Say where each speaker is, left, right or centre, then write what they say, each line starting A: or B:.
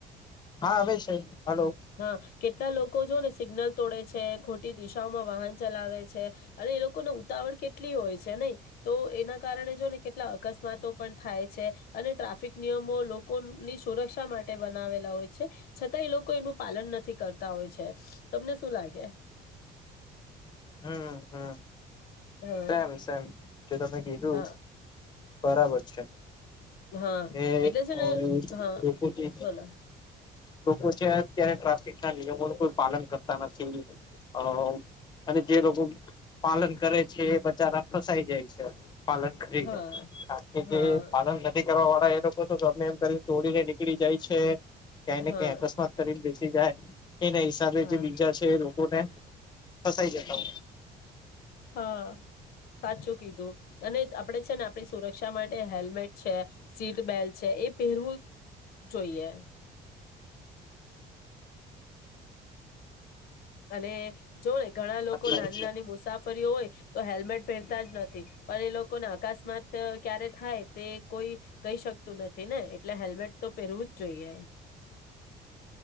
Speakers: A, on the left (about 25°); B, on the left (about 65°).
A: હા આવે છે. હલો
B: હા કેટલા લોકો જો ને સિગ્નલ તોડે છે. છે ખોટી દિશાઓમાં વાહન ચલાવે છે અને એ લોકોને ઉતાવળ કેટલી હોય છે નહી તો એના કારણે જો ને કેટલા અકસ્માતો પણ થાય છે અને ટ્રાફિક નિયમો લોકોની સુરક્ષા માટે બનાવેલા હોય છે છતાં એ લોક કો એનું પાલન નથી કરતા હોય છે તમને શું લાગે.
A: હમ હમ.
B: હા
A: સેમ સેમ જે તમે કીધું
B: હા
A: બરાબર છે.
B: હા
A: એ
B: એટલે છે
A: અ
B: ને હા
A: લોકો જે
B: બોલો
A: લોકો છે અત્યારે ટ્રાફ કેટલા નિયમો ન કોઈ પાલન કરતા નથી, અ અને જે લોકો પાલન કરે છે ચારા ફસાઈ જાય છે પાલન કરીને
B: હા
A: કારણ કે
B: હા
A: જે પાલન <unintelligible> કેવા વાળા એ લોકો તો ગમે એમ કરી તોડીને નીકળી જાય છે. ક્યાંયને
B: હા
A: ક્યાં અકસ્માત કરીને બેસી જાય, એના હિસાબે
B: હા
A: જે બીજા છે લો કો ને ફસાઈ જતા હોય.
B: હા સાચું કીધું અને આપડે છે ને આપણી સુરક્ષા માટે હેલ્મેટ છે સીટ બેલ્ટ છે એ પહેરવું જો જોઈએ. અને જો ને ઘણા લોકો
A: હોય
B: નાની
A: છે
B: નાની મુસાફરીઓ હોય, તો હેલ્મેટ પહેરતા જ નથી પણ એ લોકોને અકસ્માત ક્યારે થાય તે કોઈ કહી શકતું નથી ને એટલે હેલ્મેટ તો પહેરવું જ જોઈએ.